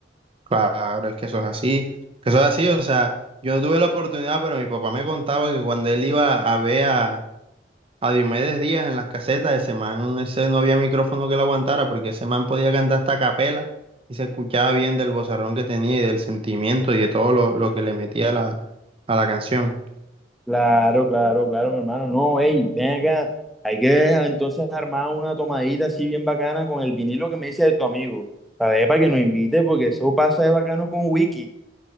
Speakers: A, on the right; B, in the centre.
A: Claro, es que eso es así, que eso es así, o sea, yo no tuve la oportunidad, pero mi papá me contaba que cuando él iba a ver a, a Diomedes Díaz en las casetas, ese man, ese no había micrófono que lo aguantara, porque ese man podía cantar hasta a capela y se escuchaba bien del vozarrón que tenía y del sentimiento y de todo lo, lo que le metía a la, a la canción.
B: Claro, claro, claro, mi hermano. No, hey, ven acá. Hay que entonces armar una tomadita así bien bacana con el vinilo que me dice de tu amigo. Para ver, para que nos invite, porque eso pasa de bacano con Wiki.